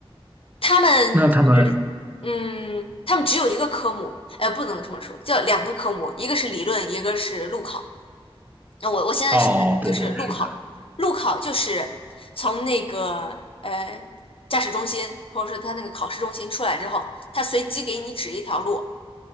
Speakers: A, on the left; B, on the right.
A: 他们是嗯，
B: 那他们
A: 他们只有一个科目，呃，不能这么说，叫两个科目，一个是理论，一个是路考。那我我现在说的就是路考，
B: 哦，对对是的，
A: 路考就是从那个呃驾驶中心或者说他那个考试中心出来之后，他随机给你指一条路，